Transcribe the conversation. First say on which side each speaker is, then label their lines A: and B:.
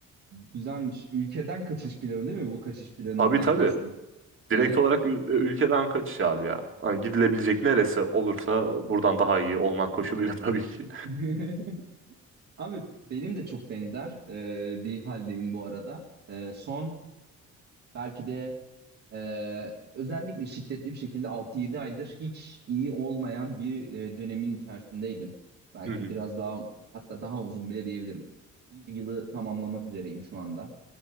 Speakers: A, on the right; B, on the right.
A: Güzelmiş. Ülkeden kaçış planı değil mi? Bu kaçış planından
B: Tabii tabii.
A: kastın.
B: Direkt
A: Evet.
B: olarak ül- e, ülkeden kaçış abi ya. Hani gidilebilecek neresi olursa buradan daha iyi olmak koşuluyla <laughs> tabii ki.
A: <laughs> Abi benim de çok benzer e, bir haldeyim bu arada. E, son belki de Ee, özellikle şiddetli bir şekilde altı yedi aydır hiç iyi olmayan bir e, dönemin içerisindeydim. Belki
B: Hı hı,
A: biraz daha hatta daha uzun bile diyebilirim. Bir yılı tamamlamak üzereyim şu anda.